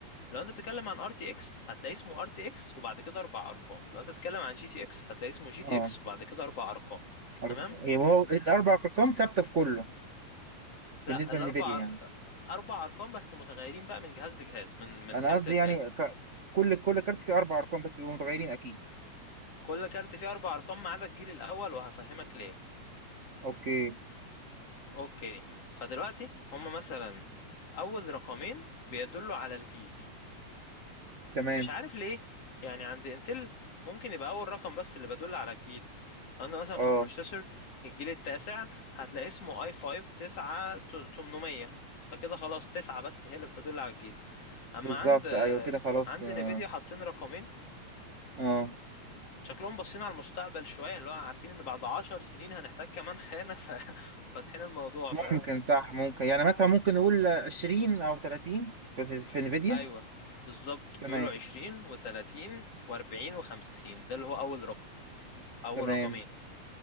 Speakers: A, on the left; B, on the right.
A: لو انت بتتكلم عن ار تي اكس هتلاقي اسمه ار تي اكس وبعد كده اربع ارقام لو انت بتتكلم عن جي تي اكس هتلاقي اسمه جي
B: اه
A: تي اكس وبعد كده اربع ارقام
B: أر-
A: تمام
B: يبقى هو الاربع ارقام ثابته في كله
A: لا
B: بالنسبه
A: الاربع
B: لنفيديا يعني
A: أرق... اربع ارقام بس متغيرين بقى من جهاز لجهاز من من
B: انا
A: كارت
B: قصدي
A: لكارت
B: يعني ك... كل كل كارت فيه اربع ارقام بس بيبقوا متغيرين اكيد
A: كل كارت فيه اربع ارقام ما عدا الجيل الاول وهفهمك ليه
B: اوكي
A: اوكي فدلوقتي هم مثلا اول رقمين بيدلوا على الجيل
B: تمام
A: مش عارف ليه يعني عند انتل ممكن يبقى اول رقم بس اللي بيدل على الجيل لان مثلا
B: اه
A: في البروسيسور الجيل التاسع هتلاقي اسمه اي 5 9 800 فكده خلاص تسعة بس هي اللي بتدل على الجيل اما
B: بالظبط
A: عند
B: ايوه كده خلاص
A: عند
B: اه
A: نيفيديا حاطين رقمين
B: آه.
A: شكلهم باصين على المستقبل شوية اللي هو عارفين ان بعد عشر سنين هنحتاج كمان خانة ففاتحين <laughs> الموضوع فاهم
B: ممكن صح ممكن يعني مثلا ممكن نقول 20 او 30 في في, في انفيديا
A: ايوه بالظبط
B: تمام
A: بيقولوا عشرين وتلاتين واربعين وخمسين ده اللي هو اول رقم اول
B: تمام
A: رقمين